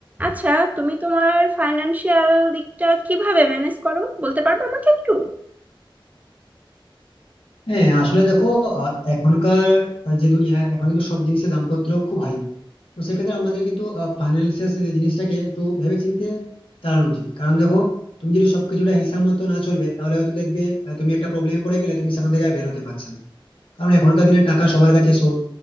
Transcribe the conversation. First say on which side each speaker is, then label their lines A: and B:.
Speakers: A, on the right (about 15°); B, on the left (about 85°).
A: আচ্ছা তুমি তোমার ফাইন্যান্সিয়াল দিকটা কিভাবে ম্যানেজ করো বলতে পারবে আমাকে একটু
B: হ্যাঁ আসলে দেখো আহ, এখনকার যে দুনিয়া এখন কিন্তু সব জিনিসের দামপত্র খুব হাই তো সেক্ষেত্রে আমাদের কিন্তু ফাইন্যান্সিয়াল যে জিনিসটাকে একটু ভেবেচিন্তে চালানো উচিত কারণ দেখো তুমি যদি সবকিছুটা হিসাব মতো না চলবে তাহলে হয়তো দেখবে আহ, তুমি একটা প্রবলেমে পড়ে গেলে তুমি সেখান থেকে আর বের হতে পারছো না কারণ এখনকার দিনে টাকা সবার কাছে শর্ট